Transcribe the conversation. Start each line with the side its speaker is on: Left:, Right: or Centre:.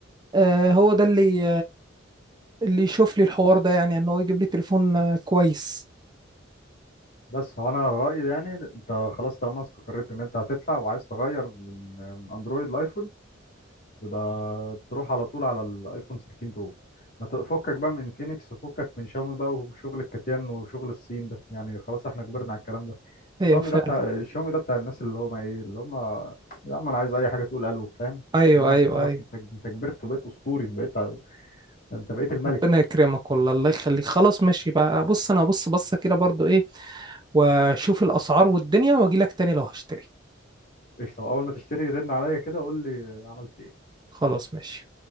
Right: آه هو ده اللي اللي يشوف لي الحوار ده يعني ان هو يجيب لي تليفون آه، كويس
Left: بس هو انا رايي يعني انت خلاص طالما استقريت ان انت هتدفع وعايز تغير من من اندرويد لايفون يبقى تروح على طول على الايفون 13 برو ما تفكك بقى من فينيكس وفكك من شاومي بقى وشغل الكتيان وشغل الصين ده يعني خلاص احنا كبرنا على الكلام ده شاومي
Right: ايوه فعلا
Left: ده بتاع شاومي ده بتاع الناس اللي هم ايه اللي هم يا عم انا عايز اي حاجه تقول الو فاهم
Right: ايوه
Left: انما
Right: ايوه
Left: انت خلاص
Right: ايوه
Left: انت انت كبرت وبقيت اسطوري بقيت انت بقيت الملك
Right: ربنا يكرمك والله الله يخليك خلاص ماشي بقى بص انا هبص بصه كده برضو ايه واشوف الاسعار والدنيا واجي لك تاني لو هشتري
Left: قشطه اول ما تشتري رن عليا كده قول لي عملت ايه
Right: خلاص ماشي